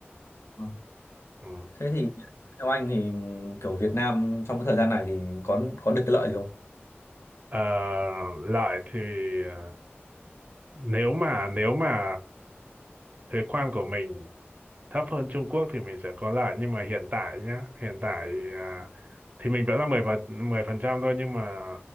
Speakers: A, on the left; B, on the right.
A: Ờ.
B: ừ.
A: thế thì theo anh thì kiểu Việt Nam trong cái thời gian này thì có có được cái lợi gì không
B: Ờ, lợi thì à, nếu mà nếu mà thuế quan của mình thấp hơn Trung Quốc thì mình sẽ có lại nhưng mà hiện tại nhá hiện tại à, thì mình vẫn là 10 phần 10 phần trăm thôi nhưng mà